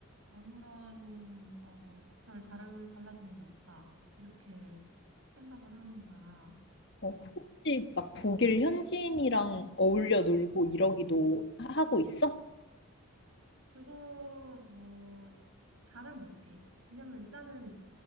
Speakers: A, on the right; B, on the left.
A: 아무런 어, 별 다를, 달라지는 게 없다. 이렇게 생각을 하는 거야.
B: 어, 혹시 막 독일 현지인이랑 어울려 놀고 이러기도 하- 하고 있어?
A: 그거 뭐 잘은 못해. 왜냐면 일단은